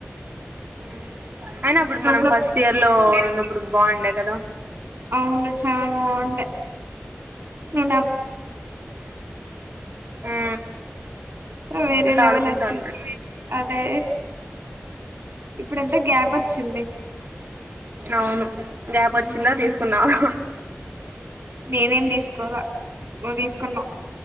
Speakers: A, on the right (about 40°); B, on the right (about 60°).
A: మ్మ్ అయినా ఇప్పుడు మనం
B: లో
A: ఫస్ట్ ఇయర్ లో ఉన్నప్పుడు బాగుండే కదా
B: అవును చాలా బాగుండే నేను
A: హ్మ్
B: వేరే లెవల్
A: ఆడుకుంటాంట్రి
B: అసలు అదే ఇప్పుడు ఎంత గ్యాప్ వచ్చింది
A: అవును గ్యాప్ వచ్చిందా తీసుకున్నావు
B: నేనేం తీసుకోలా నువ్వు తీసుకున్నావు